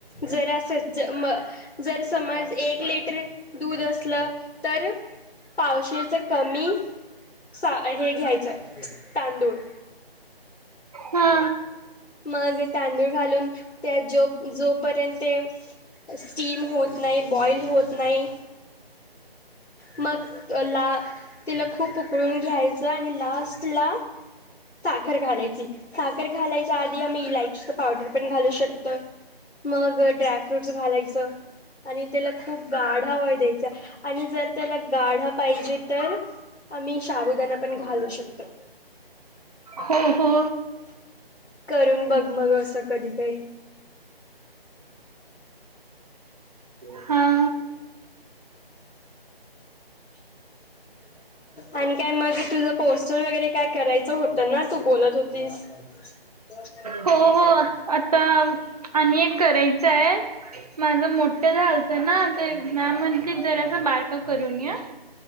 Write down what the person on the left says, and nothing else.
जरास ज मग जर समज एक लिटर दूध असलं तर पावशेरचे कमी सा हे घ्यायचं तांदूळ.
मग तांदूळ घालून त्या जो जोपर्यंत स्टीम होत नाही, बॉईल होत नाही. मग ला तिला खूप उकळून घ्यायचं आणि लास्टला साखर घालायची, साखर घालायच्या आधी आम्ही इलायचीचं पावडर पण घालू शकतोय. मग ड्रायफ्रूटस घालायचं. आणि त्याला खूप गाढा व्हाय द्यायचा आणि जर त्याला गाढा पाहिजे तर आम्ही शाबुदाना पण घालू शकतं.
करून बघ मग असं कधीतरी.
आणि काय मग तुझ पोस्टर वगैरे काय करायचं होतं ना, तू बोलत होतीस. <unintelligible>